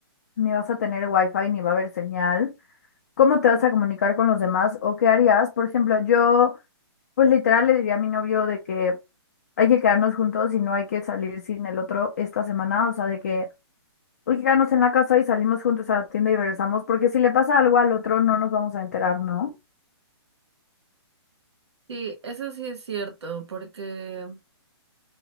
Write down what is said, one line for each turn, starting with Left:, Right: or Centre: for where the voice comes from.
Left: ni vas a tener wifi, ni va a haber señal. ¿Cómo te vas a comunicar con los demás o qué harías? Por ejemplo, yo pues literal le diría a mi novio de que hay que quedarnos juntos y no hay que salir sin el otro esta semana, o sea, de que hay que quedarnos en la casa y salimos juntos a la tienda y regresamos, porque si le pasa algo al otro no nos vamos a enterar, ¿no?
Right: Sí, eso sí es cierto, porque,